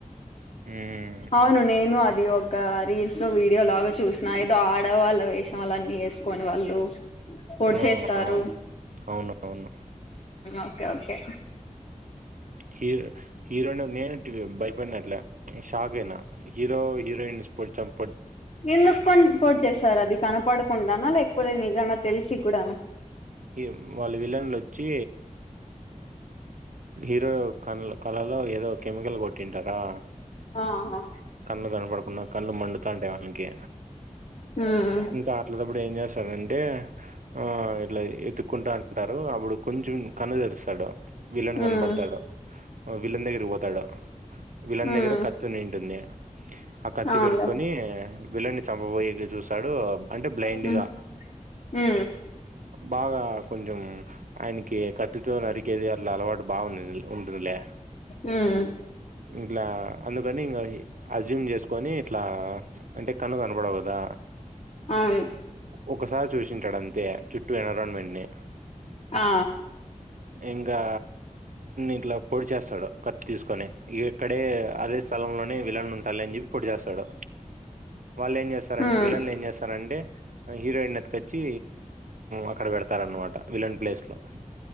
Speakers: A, on the right (about 70°); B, on the left (about 55°).
A: హ్మ్.
B: అవును నేను అదివోగ్ ఒక రీల్స్ లో వీడియో లాగా చూసిన ఏదో ఆడవాళ్ళ వేషం వాళ్ళన్నీ వేసుకొని వాళ్ళు పొడి
A: ఓహ్!
B: చేస్తారు
A: ఓహ్! అవునవును.
B: ఓకే ఓకే
A: హీరో హీరో నేను భయపడినట్లే షాక్ అయినా. హీరో హీరోయిన్స్ పొడిచి చంప
B: ఎందుకు పొడి చేసారు అది కనపడకుండానా లేకపోతే నిజంగా తెలిసి కూడానా
A: ఈ వాళ్ళు విలన్లు వచ్చి హీరో కండ్ల లో కళలో ఏదో కెమికల్ కొట్టింటారా
B: ఆహా
A: కళ్ళు కనపడుకుండా కళ్ళు మండుతాంటాయి వానికి
B: మ్మ్
A: ఇంకా ఇట్లా తప్పుడు ఏం చేస్తాడంటే ఆ ఇట్లా ఎత్ కుంటా ఉంటారు. అప్పుడు కొంచెం కన్ను తెరుస్తాడు విలన్
B: మ్మ్
A: కనపడతాడు. విలన్ దగ్గరకి పోతాడు. విలన్
B: మ్మ్
A: దగ్గర కత్తి ఉన్నింటుంది. ఆ కత్తి
B: అవునులే
A: పెరుకొని విలన్ ని చంపబోయేకి చూస్తాడు. అంటే బ్లైండ్
B: మ్
A: గా
B: హూ
A: బాగా కొంచం ఆయనకి కత్తో నరి కేది అట్లా అలవాటు బాగా ఉంటుంది లే
B: మ్మ్
A: ఇట్లా అందుకని ఇంగ అజ్యూమ్ చేసుకో ని ఇట్లా అంటే కండ్లు కనపడవు కదా?
B: అవును
A: ఒకసారి చూసింటాడు అంతే చుట్టూ ఎన్విరాన్మెంట్ ని
B: ఆ
A: ఇంకా ఇట్లా పొడి చేస్తాడు కత్తి తీసుకొని ఇక్కడే అదే స్థలంలోనే విలన్ ఉంటాడు లే అని చెప్పి పొడి చేస్తాడు. వాళ్ళు ఏం చేస్తారంటే
B: మ్మ్
A: విలన్లు ఏం చేస్తారంటే? హీరోయిన్ ఎత్తకొచ్చి అక్కడ పెడతారన్నమాట విలన్ ప్లేస్ లో